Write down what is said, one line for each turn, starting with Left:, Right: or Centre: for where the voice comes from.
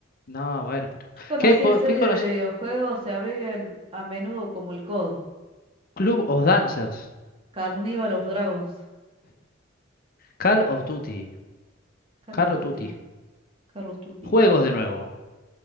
Left: No, bueno, pero.
Right: ¿Qué conocida
Left: ¿Qué, jue-
Right: serie
Left: qué conoces?
Right: de videojuegos se abrevia el- a menudo como el COD?
Left: Club of Dancers.
Right: Carnival of Dragons.
Left: Call of Duty.
Right: Carlos
Left: Call
Right: Tutti.
Left: of Duty.
Right: Carlos Tutti.
Left: Juegos de nuevo.